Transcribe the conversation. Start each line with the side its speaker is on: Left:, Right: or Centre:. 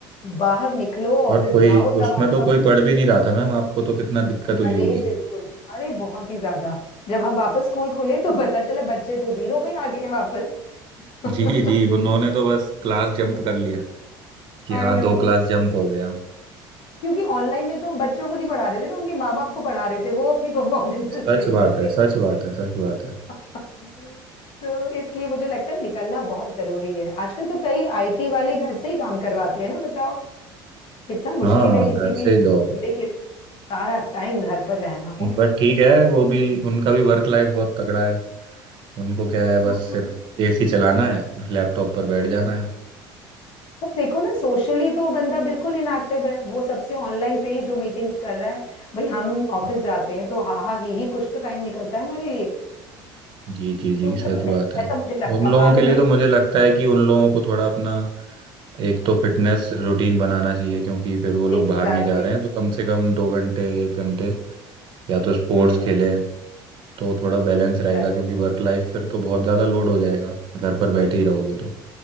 Left: बाहर निकलो ऑफिस
Right: और कोई
Left: जाओ तब
Right: उसमें
Left: आपका
Right: तो कोई
Left: वक्त-
Right: पढ़ भी नहीं रहा था मैम आपको तो कितना दिक्कत हुई
Left: अरे
Right: होगी
Left: बिल्कुल अरे बहुत ही ज्यादा जब हम वापस स्कूल खोले तो पता चला बच्चे तो जीरो पे आ गए हैं वापस
Right: <laughs>
Left: <laughs>
Right: जी जी उन्होंने तो बस क्लास जंप कर लिया कि
Left: आई
Right: हाँ दो
Left: नो
Right: क्लास जंप हो गया
Left: क्योंकि ऑनलाइन में तो हम बच्चों को नहीं पढ़ा रहे थे ना उनके माँ बाप को पढ़ा रहे थे वो अपनी परफॉर्मेंसेस
Right: सच
Left: <laughs> दे रहे
Right: बात है
Left: थे
Right: सच बात है सच बात है
Left: <laughs> तो इसलिए मुझे लगता है निकलना बहुत जरूरी है आजकल तो कई आईटी वाले घर से ही काम करवाते हैं ना बताओ कितना मुश्किल
Right: हाँ
Left: है किसी
Right: घर
Left: भी
Right: से
Left: बंदे
Right: जॉब
Left: के लिए सारा टाइम घर पर रहना उफ
Right: बट ठीक है वो भी उनका भी वर्क लाइफ बहुत तगड़ा है उनको क्या है
Left: हाँ
Right: बस सिर्फ एसी चलाना है लैपटॉप पर बैठ जाना है
Left: पर देखो ना सोशली तो वो बंदा बिल्कुल इनएक्टिव है वो सबसे ऑनलाइन पे ही जो मीटिंग्स कर रहा है भाई हम ऑफिस
Right: हाँ,
Left: जाते हैं तो हा हा ही ही कुछ तो टाइम निकलता है हमारे लिए
Right: जी जी जी
Left: तो
Right: सच
Left: पता
Right: बात
Left: नहीं
Right: है
Left: ऐसा मुझे लगता
Right: उन
Left: है
Right: लोगों
Left: मालूम
Right: के लिए
Left: नहीं
Right: तो मुझे लगता है कि उन लोगों को थोड़ा अपना एक तो फिटनेस रूटीन बनाना चाहिए क्योंकि फिर वो लोग
Left: Exactly
Right: बाहर नहीं जा रहे
Left: exactly.
Right: हैं तो कम से कम दो घंटे एक घंटे या तो स्पोर्ट्स
Left: हम्म
Right: खेलें तो थोड़ा बैलेंस रहेगा
Left: Right,
Right: क्योंकि वर्क लाइफ फिर तो बहुत ज़्यादा लोड हो जाएगा घर पर बैठे ही रहोगे तो